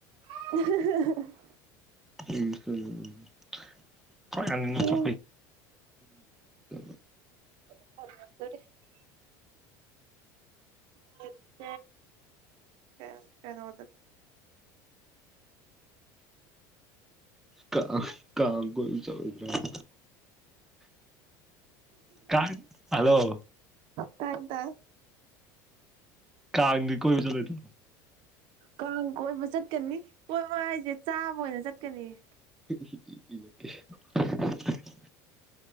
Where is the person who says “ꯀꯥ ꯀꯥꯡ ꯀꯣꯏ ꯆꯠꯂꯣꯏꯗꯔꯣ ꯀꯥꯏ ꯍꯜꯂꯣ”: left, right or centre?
Centre